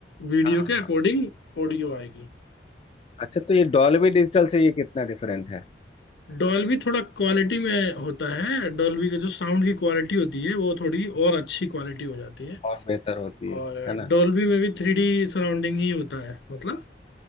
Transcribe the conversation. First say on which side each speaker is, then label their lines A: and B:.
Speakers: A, on the left; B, on the left.
A: वीडियो
B: हाँ हाँ
A: के
B: हाँ।
A: अकॉर्डिंग ऑडियो आएगी
B: अच्छा तो ये डॉल्बी डिजिटल से ये कितना डिफरेंट है
A: डॉल्बी थोड़ा क्वालिटी में होता है डॉल्बी का जो साउंड की क्वालिटी होती है वो थोड़ी और अच्छी क्वालिटी हो जाती है
B: और बेहतर होती है
A: और
B: है ना
A: डॉल्बी में भी थ्री डी सराउंडिंग ही होता है मतलब